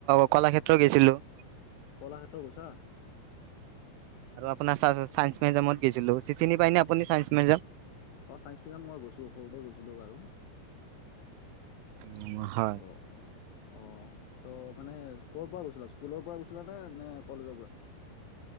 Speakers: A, on the right (about 80°); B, on the left (about 80°).
A: আপোনাৰ কলাক্ষেত্ৰ গৈছিলোঁ।
B: কলাক্ষেত্ৰ গৈছা।
A: আপোন চা চা চায়েন্স মিউজিয়ামত গৈছিলোঁ চিনি পায় নে আপুনি চায়েন্স মিউজিয়াম?
B: অ' চাইন্স মিউজিয়াম মই গৈছোঁ, সৰুতে গৈছিলোঁ বাৰু।
A: উম, হয়।
B: অ অ অ ত' মানে ক'ৰপৰা গৈছিলা, স্কুলৰ পৰা গৈছিলা নে, নে কলেজৰ পৰা?